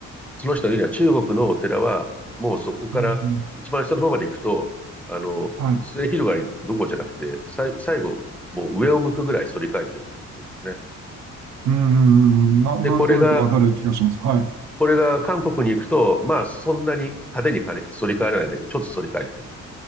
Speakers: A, in the centre; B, on the right (about 65°).
A: その人が言うには中国のお寺は、もうそこから一番下の方まで行くと、
B: うん、うん
A: あの、
B: はい。
A: 末広がりどころじゃなくて、さい、最後、もう上を向くぐらい反り返ってるんだっていうんですね。
B: うん、うんうんな、
A: で、
B: なんとなくわかる気がします。
A: これが、
B: はい。
A: これが韓国に行くと、まあそんなに派手に反り返らないんだけど、ちょっと反り返ってる。